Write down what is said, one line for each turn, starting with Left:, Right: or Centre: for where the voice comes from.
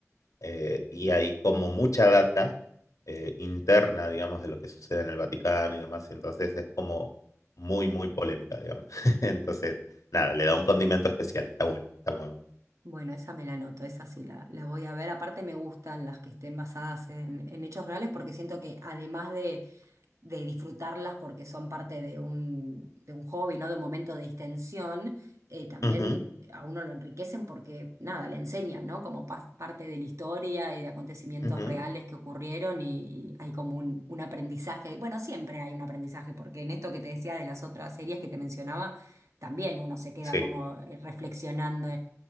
Left: eh, y hay como mucha data eh, interna, digamos, de lo que sucede en el Vaticano y demás, y entonces es como muy, muy polémica, digamos. <laughs> Entonces, nada, le da un condimento especial, está bueno, está muy bueno.
Right: Bueno, esa me la anoto, esa sí la, la voy a ver. Aparte me gustan las que estén basadas en, en hechos reales porque siento que además de, de disfrutarlas porque son parte de un, de un hobby, ¿no? De un momento de distensión, eh, también
Left: Ujú,
Right: a uno lo enriquecen porque nada, le enseñan, ¿no? Como pas- parte de la historia y de acontecimientos
Left: ujú,
Right: reales que ocurrieron y, y hay como un, un aprendizaje. Bueno, siempre hay un aprendizaje porque en esto que te decía de las otras series que te mencionaba, también uno se queda
Left: sí.
Right: como eh, reflexionando